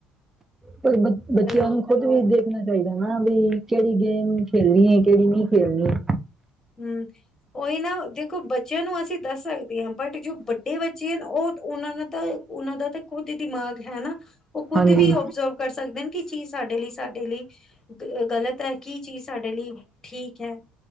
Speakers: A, on the right; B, on the left.
A: ਪਰ ਬੱਚਿਆਂ
B: ਹੈਲੋ
A: ਨੂੰ ਖੁਦ ਵੀ ਦੇਖਣਾ ਚਾਹੀਦਾ ਨਾ ਵੀ ਕਿਹੜੀ ਗੇਮ ਖੇਲਣੀ ਹੈ। ਕਿਹੜੀ ਨਹੀਂ ਖੇਲਣੀ ਹੈ।
B: ਹੂੰ ਉਹੀ ਨਾ ਦੇਖ। ਬੱਚਿਆਂ ਨੂੰ ਅਸੀਂ ਦੱਸ ਸਕਦੇ ਹਾਂ। ਬਟ ਜੋ ਵੱਡੇ ਬੱਚੇ ਹਨ ਉਹ ਉਹਨਾਂ ਦਾ ਤਾਂ ਉਹਨਾਂ ਦਾ ਤਾਂ। ਖੁਦ ਦਿਮਾਗ ਹੈ ਨਾ ਉਹ ਖੁਦ
A: ਹਾਂਜੀ
B: ਵੀ ਓਬਜ਼ਰਵ ਕਰ ਸਕਦੇ ਹਨ ਕੀ ਚੀਜ਼ ਸਾਡੇ ਲਈ ਸਾਡੇ ਲਈ। ਗਲਤ ਹੈ ਕੀ ਚੀਜ਼ ਸਾਡੇ ਲਈ ਠੀਕ ਹੈ।